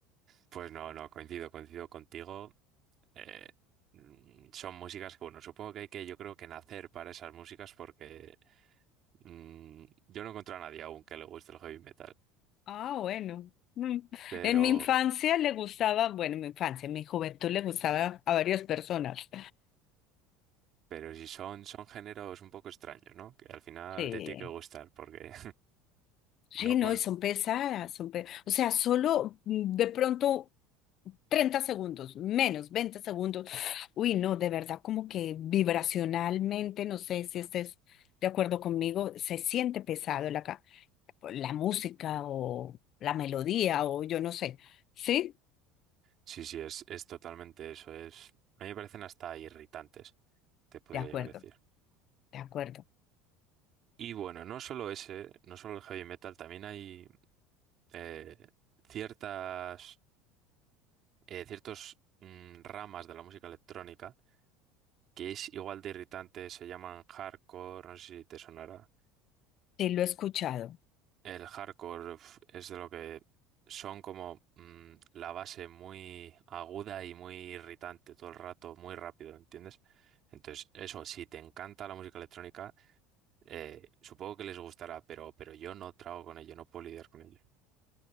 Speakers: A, on the right; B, on the left.
A: Pues no, no, coincido, coincido contigo. Eh, mm, son músicas que, bueno, supongo que hay que, yo creo que nacer para esas músicas porque mm, yo no encuentro a nadie aún que le guste el heavy metal.
B: Ah, bueno. Mm.
A: Pero,
B: En mi infancia le gustaba, bueno, en mi infancia, en mi juventud le gustaba a varias personas.
A: pero si son, son géneros un poco extraños, ¿no? Que al final
B: Sí,
A: te tiene que gustar porque
B: sí,
A: <laughs> no
B: no,
A: cual...
B: y son pesadas, son pe- O sea, solo mm, de pronto 30 segundos, menos 20 segundos. Uy, no, de verdad, como que vibracionalmente, no sé si estés de acuerdo conmigo, se siente pesado la, ca- la música o la melodía o yo no sé. ¿Sí?
A: Sí, sí, es, es totalmente eso. Es... A mí me parecen hasta irritantes, te podría
B: De acuerdo,
A: llegar a decir.
B: de acuerdo.
A: Y bueno, no solo ese, no solo el heavy metal, también hay eh, ciertas eh, ciertos mm, ramas de la música electrónica que es igual de irritante, se llaman hardcore, no sé si te sonará.
B: Sí, lo he escuchado.
A: El hardcore uf, es de lo que son como mm, la base muy aguda y muy irritante todo el rato, muy rápido, ¿entiendes? Entonces, eso, si te encanta la música electrónica, eh, supongo que les gustará, pero, pero yo no trago con ello, no puedo lidiar con ello.